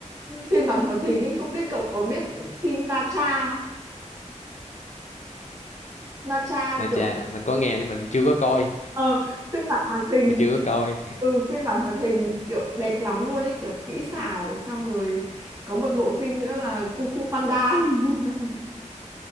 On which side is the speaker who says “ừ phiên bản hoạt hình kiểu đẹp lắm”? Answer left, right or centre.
Right